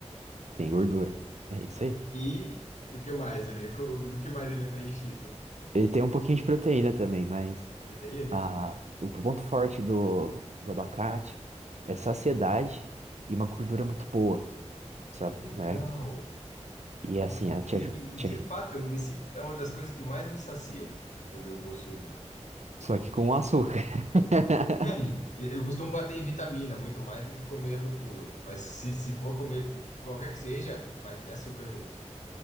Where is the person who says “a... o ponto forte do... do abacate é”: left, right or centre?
Right